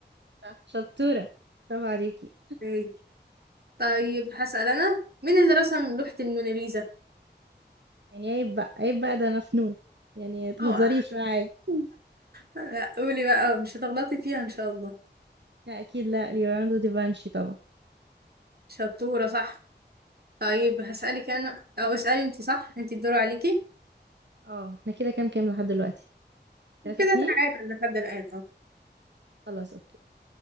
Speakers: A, on the right; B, on the right.
A: صح شطورة برافو عليكي
B: ايه طيب هسأل أنا مين اللي رسم لوحة الموناليزا؟
A: يعني عيب بقى عيب بقى ده أنا فنون يعني متهزريش
B: اوعى
A: معايا <laughs>
B: لا، <laughs> قولي بقى مش هتغلطي فيها إن شاء الله
A: لا أكيد لا ليوناردو دافنشي طبعا
B: شطورة صح طيب هسألك أنا أو اسألي أنت صح أنت الدور عليكي
A: اه احنا كده كام كام لحد دلوقتي تلاتة
B: كده
A: اتنين
B: تعادل لحد الآن اه
A: خلاص اوكي